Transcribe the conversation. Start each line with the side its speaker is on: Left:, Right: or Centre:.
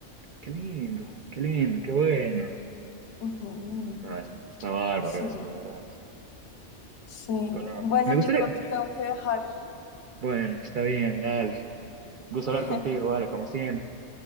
Right: Qué lindo, qué lindo, qué bueno.
Left: Ujú,
Right: No, es- está bárbaro
Left: Sí,
Right: eso, la verdad.
Left: sí.
Right: Colombia.
Left: Bueno,
Right: Me gustaría.
Left: Nico, te tengo que dejar.
Right: Bueno, está bien, dale. Gusto
Left: <laughs>
Right: hablar contigo, vale, como siempre.